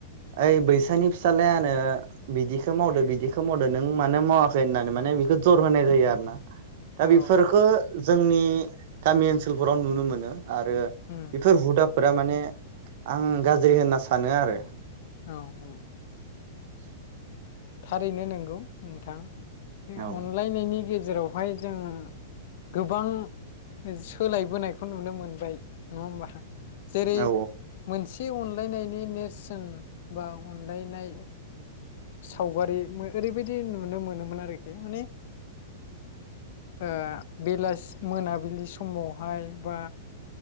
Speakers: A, on the right; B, on the left.
A: ओइ बैसानि फिसालायानो बिदिखौ मावदो बिदिखौ मावदो नों मानो मावा खै होननानै माने बेखौ जर होनाय जायो आरो ना। दा
B: औ
A: बेफोरखो जोंनि गामि ओनसोलफोराव नुनो मोनो। आरो
B: उम
A: बेफोर हुदा फोरा माने आं गाज्रि होनना सानो आरो।
B: औ उम।
A: <inaudible>
B: थारैनो नोंगौ नोंथां बे
A: औ
B: अनलायनायनि गेजेराव। बेवहाय जों गोबां सोलायबोनायखौ नुनो मोनबाय नङा होमबा? जेरै
A: औ
B: मोनस बे अनलायनायनि नेरसोन बा अनलायनाय। सावगारि मो ओरैबायदि नुनो मोनोमोन आरोखि माने ओ बेलासि मोनाबिलि समावहाय बा